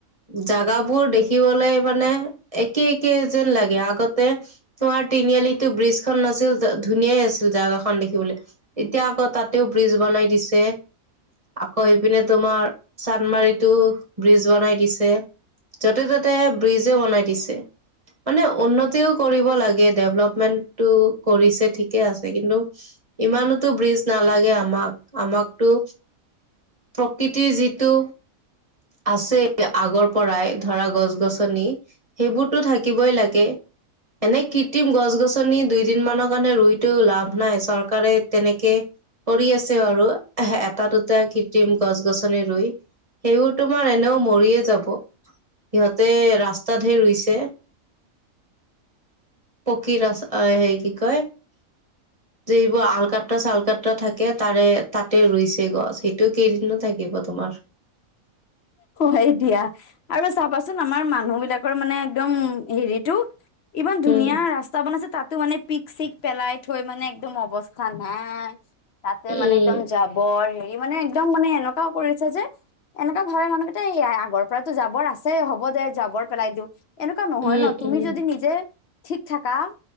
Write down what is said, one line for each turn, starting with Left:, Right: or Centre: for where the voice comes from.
Right: জোগাবোৰ দেখিবলে মানে একে কেই যেন লাগে আগতে তোমাৰ তিনিআলিটো ব্ৰিজ খন নাছিল ধুনীয়াই আছিল জাগা খন। দেখিবলৈ, এতিয়া আকৌ তাতেও ব্ৰিজ বনাই দিছে। আকৌ সিপিনে তোমাৰ চান্দমাৰিতো ব্ৰিজ বনাই দিছে। য'তে ত'তে ব্ৰিজে বনাই দিছে। মানে উন্নতিও কৰিব লাগে ডেভলপমেন্টটো কৰিছে ঠিকে আছে কিন্তু ইমানতো ব্ৰীজ নালাগে আমাক আমাকতো প্ৰকৃতিৰ যিটো আছে আগৰ পৰাই ধৰা গছ গছনি সেইবোৰ টো থাকিবই লাগে। এনে কৃত্ৰিম গছ গছনি দুইদিন মানৰ কাৰণে ৰুইতো লাভ নাই, চৰকাৰে তেনেকে পৰি আছে আৰু এটা দুটা কৃত্ৰিম গছ গছনি ৰুই। সেও তোমাৰ এনেও মৰিয়ে যাব সিহঁতে ৰাস্তাত হে ৰুইছে। পকী ৰাস আ সেই কি কয় যে এইবোৰ আলকাট্ৰা চালকাট্ৰা থাকে তাৰে তাতে ৰুইছে গছ সেইটো কেইদিনো থাকিব তোমাৰ। <inaudible>
Left: হয় দিয়া আৰু চাবাচোন আমাৰ মা মানুহ বিলাকৰ মানে একদম হেৰিটো ইমান ধুনীয়া
Right: উম
Left: ৰাস্তা বনাইছে তাত। টো মানে পিক চিক পেলাই থৈ মানে একদম অৱস্থা নাই। তাতে
Right: উম
Left: মানে একদম জাবৰ হেৰি মানে একদম মানে এনেকুৱাও কৰিছে যে এনে, ঘয় মানুহকেইটা আগৰ পৰাতো জাবৰ আছে হ'ব দে জাবৰ পেলাই দিওঁ। এনেকুৱা নহয়
Right: উম
Left: ন তুমি
Right: উম
Left: যদি নিজে ঠিক থাকা